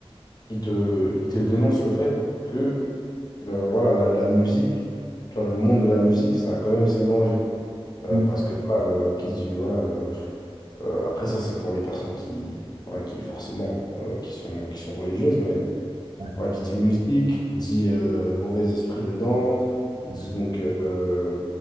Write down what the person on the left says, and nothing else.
il te, il te dénonce le fait que, euh, voilà, la, la musique, tu vois, le monde de la musique, ça a quand même ses dangers. Euh,
parce que voilà, le, qui se dit, voilà, euh, euh, après ça c'est pour les personnes qui, voilà, qui forcément euh, qui sont, qui sont religieuses, mais
voilà, qui dit musique, dit euh, mauvais esprit dedans, dit
donc euh,